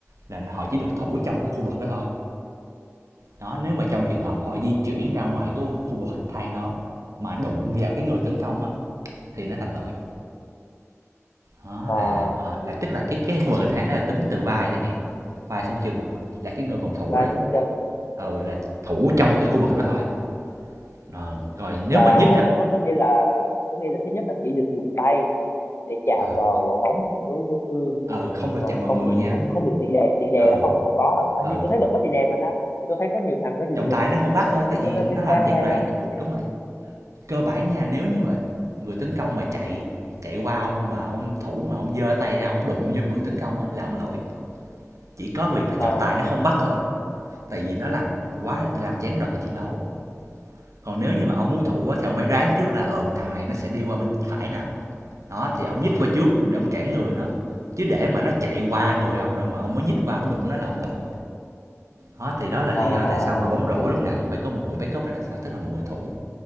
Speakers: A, on the right; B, on the left.
A: là họ chỉ được thủ
B: Ờ,
A: trong cái khu vực đó thôi đó nếu mà trong trường hợp họ di chuyển ra ngoài cái khu vực hình thang đó mà đụng vào cái người tấn công á thì nó thành lỗi đó
B: à,
A: là ờ, là tức là cái cái khu vực hình thang đó là tính từ vai chẳng hạn vai xuống chân là cái người phòng thủ
B: và
A: đó
B: trong chân
A: ừ là
B: Ờ,
A: thủ trong cái khu vực đó thôi Ờ, rồi nếu
B: và
A: mà nhích á
B: nó có nghĩa là có nghĩa là thứ nhất là chỉ được dùng tay để chạm
A: ờ,
B: vào bóng của đối đối phương
A: Ừ, không được
B: còn
A: chạm vào
B: không
A: người
B: được
A: nha.
B: không không được tì đè tì đè
A: Ừ,
B: là không không có hả
A: ừ,
B: à, như tôi thấy vẫn có tì đè mà ta thì tôi thấy có nhiều thằng nó dùng
A: trọng
B: ngực
A: tài nó không bắt thôi,
B: thì
A: tại
B: kiểu
A: vì
B: nó nó
A: nó
B: lấy
A: làm
B: giam
A: gián
B: lên tay
A: đoạn
B: ra kiểu vậy
A: đúng rồi, cơ bản nha, nếu như mà người tấn công mà chạy chạy qua ông mà ông thủ mà ông giơ tay ra ông đụng vô người tấn công á là ông lỗi, chỉ có việc là trọng
B: à
A: tài nó không bắt thôi, tại vì nó làm quá làm gián đoạn trận đấu. Còn nếu như mà ông muốn thủ á thì ông phải đoán trước là, ừ, thằng này nó sẽ đi qua bên phải nè, đó, thì ông nhích qua trước để ông cản người nó, chứ để mà nó chạy qua người ông rồi mà ông mới nhích qua ông đụng nó là ông lỗi. Đó, thì đó là lý
B: à à
A: do tại sao mà
B: ờ,
A: bóng
B: đúng
A: rổ
B: đúng
A: lúc nào cũng phải có một người backup ở đằng sau, tức là một người thủ